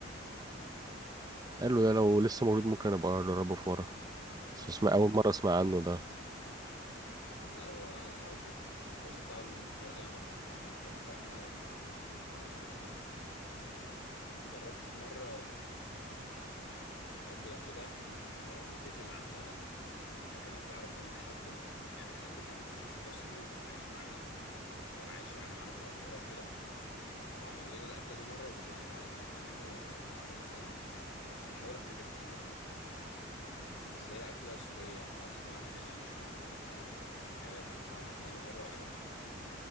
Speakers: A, on the right (about 20°); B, on the left (about 80°).
A: قال له ده لو لسه موجود ممكن ابقى اجربه في مره
B: ماشي
A: بس اسمع اول مره اسمع عنه ده
B: لا هو الحواوشي الحواوشي بتاعه من غير اي مطعم تاني الحواوشي بتاعهم حلو قوي أم، جربت في مره اكله كده كانت جدتي اللي عاملاها هي كانت تعرفها من حد من يعني حد كان مش مصري وكان عايش معانا كان عايش يعني معانا في العمارة وكده فعمل لنا الأكلة دي مرة وجدتي اتعلمتها منه و- وعملتها لنا أنا بحاول أفتكر اسمها بس هي أكلة سورية مش عارف اسمها مناقيش ولا معرفش إيه هي كانت عملتها لنا مرة وعجبتني